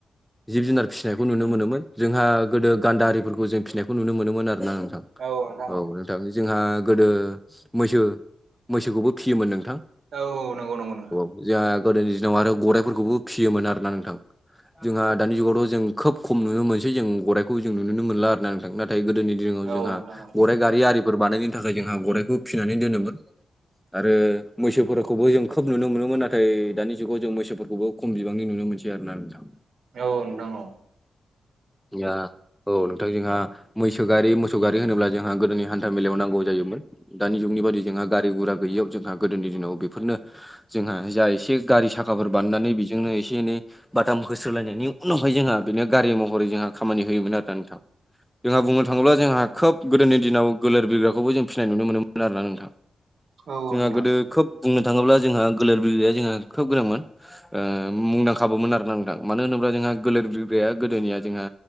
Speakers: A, in the centre; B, on the right.
A: जिब जुनार फिसिनायखौ नुनो मोनोमोन जोंहा गोदो गान्दा आरि फोरखौ जों फिसिनायखौ नुनो मोनोमोन आरोना नोंथां
B: औ नोंथां
A: औ नोंथां जोंहा गोदो मैसो मैसोखौबो फियोमोन नोंथां।
B: औ औ नंगौ नंगौ नोंथां
A: जोहा गोदोनि दिनाव आरो गराइफोरखौबो फियोमोन आरो ना नोंथां। जोंहा दानि जुगावथ' जों खोब खम नुनो मोनसै जों गराइखौ जों नुनो मोनला थां नाथाय गोदोनि दिनाव
B: औ
A: जोंहा
B: नोंथां औ
A: गराय गारि आरिफोर बानायनो थाखाय जोंहा गराइखौ फिनानै दोनोमोन। आरो मैसोफोरखौबो जों खोब नुनो मोनोमोन नाथाय दानि जुगाव जों मैसोफोरखौबो खम बिबांनि नुनो मोनसै। आरो ना नोंथां
B: औ नोंथां औ
A: <unintelligible> नाथाय जोंहा मैसो गारि मोसौ गारि होनोब्ला जोंहा गोदोनि हान्था मेलायाव नांगौ जायोमोन। दानि जुगनि बायदि जोंहा गारि गुरा गैयियाव जोंहा गोदोनि दिनाव बेफोरनो जोंहा जा एसे गारि साखाफोर बाननानै बेजोंनो एसे एनै बाथाम होस्रोलायनायनि उनावहाय जोंहा बेनो गारि महरै जोंहा खामानि होयोमोन आरो ना नोंथां। जोंहा बुंनो थाङोब्ला जोंहा खोब गोदोनि दिनाव गोलोर बिग्राखौबो जों फिसिनाय नुनो मोनोमोन आरोना नोंथां।
B: औ
A: जोंहा
B: नोंथां
A: गोदो खोब बुंनो थाङोब्ला जोंहा गोलोर बिग्राया जोंहा खोब गोनांमोन। ओ मुंदांखाबोमोन आरोना नोंथां मानो होनोब्ला जोंहा गोलोर बिरगाया गोदोनिया जोंहा